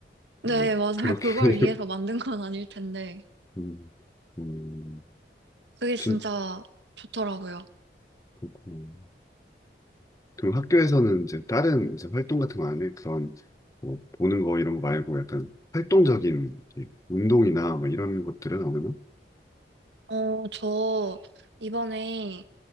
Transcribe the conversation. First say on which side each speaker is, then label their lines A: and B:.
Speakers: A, on the right; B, on the left.
A: 네,
B: 음,
A: 맞아요.
B: 그렇게
A: 그걸
B: <laughs>
A: 위해서 만든 건 아닐 텐데
B: 음, 음,
A: 그게 진짜
B: 진짜
A: 좋더라고요.
B: 그렇구나. 그럼 학교에서는 이제 다른 이제 활동 같은 거 안 해? 그런 뭐 보는 거 이런 거 말고 약간 활동적인 이렇게 운동이나 뭐 이런 것들은 안 하나?
A: 어, 저 이번에